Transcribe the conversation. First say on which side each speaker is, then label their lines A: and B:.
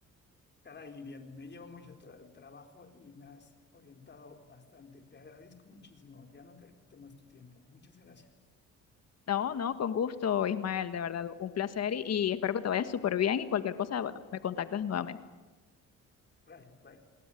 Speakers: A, on the left (about 35°); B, on the left (about 55°).
A: Caray, Irian, me llevo mucho tra- trabajo y me has orientado bastante. Te agradezco muchísimo. Ya no te quito más tu tiempo. Muchas gracias.
B: No, no, con gusto, Ismael, de verdad, un placer y, y espero que te vayas súper bien y cualquier cosa, bueno, me contactas nuevamente.
A: Gracias, bye.